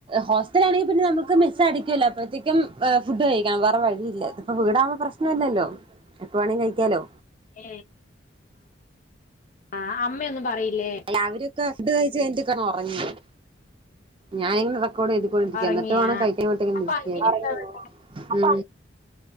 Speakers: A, on the right (about 25°); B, on the left (about 40°).
A: ഹോസ് റ്റലാണെങ്കി പിന്നെ നമ്മക്ക് മെസടക്കൊല്ലോ അപ്പത്തേക്കും ആഹ് ഫുഡ് കഴിക്കണം വേറെ വഴിയില്ല ഇപ്പം വീടാകുമ്പം പ്രശ്നല്ലല്ലോ എപ്പ വേണെങ്കിലും കഴിക്കാലോ
B: ഏയ് ആഹ് അമ്മയൊന്നും പറയില്ലേ
A: രാവിലൊക്കെ ഫുഡ് കഴിച്ച്ഞ്ഞിട്ട് കെ ഒറങ്ങി ഞാൻ ഇങ്ങനെ റെക്കോഡ് എഴുതിക്കൊണ്ടിരിക്കാ
B: ഒറങ്ങിയാ
A: ന്ന്ട്ട് വാണം കഴിക്കാൻ
B: അപ്പൊ അനിയനൊക്കെ
A: <unintelligible>
B: എവിടെ
A: ഉം